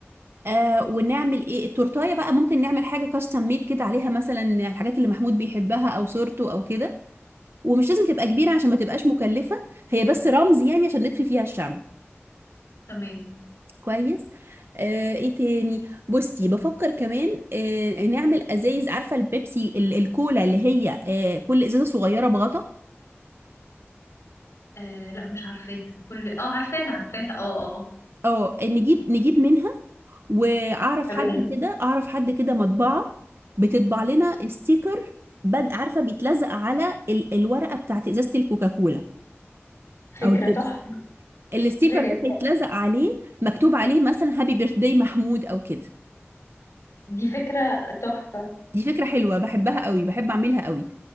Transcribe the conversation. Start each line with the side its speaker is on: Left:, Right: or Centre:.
Right: آه ونعمل ايه التورتايه بقى ممكن نعمل حاجه كاستم ميد كده عليها مثلا الحاجات اللي محمود بيحبها او صورته او كده ومش لازم تبقى كبيره عشان ما تبقاش مكلفه هي بس رمز يعني عشان نطفي فيها الشمع
Left: تمام
Right: كويس آه ايه تاني بصي بفكر كمان آه نعمل ازايز عارفه البيبسي ال- الكولا اللي هي آه كل ازازه صغيره بغطا
Left: آه لا مش عارفاها كل اه عارفاها عارفاها اه اه
Right: اه نجيب نجيب منها واعرف
Left: تمام
Right: حد كده اعرف حد كده مطبعة بتطبع لنا ستيكر بد عارفة بيتلزق على ال الورقة بتاعت ازازة الكوكاكولا
Left: فكرة
Right: او البيبسي
Left: تحفة
Right: الستيكر
Left: فكرة جميلة
Right: ده هيتلزق عليه مكتوب عليه مثلا هابي بيرث داي محمود او كده
Left: دي فكرة تحفة
Right: دي فكرة حلوة بحبها قوي بحب اعملها قوي